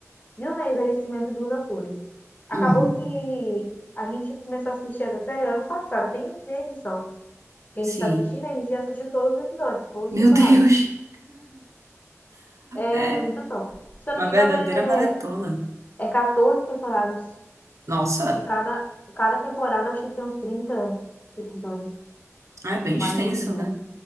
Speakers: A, on the left (about 35°); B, on the right (about 70°).
A: viu, né, o envelhecimento dos atores. Acabou
B: Uhum.
A: que a gente começou a assistir essa série ano passado, tem meses só. Que
B: Sim.
A: a gente tá assistindo, a gente já assistiu todos os episódios, todas
B: Meu
A: as temporadas.
B: <laughs> Deus!
A: É
B: É
A: muito top. Se eu
B: uma
A: não me
B: verdadeira
A: engano,
B: maratona.
A: é, é 14 temporadas.
B: Nossa!
A: E cada, cada temporada acho que tem uns 30 episódios,
B: Ah, É bem extenso,
A: mais de trinta
B: né?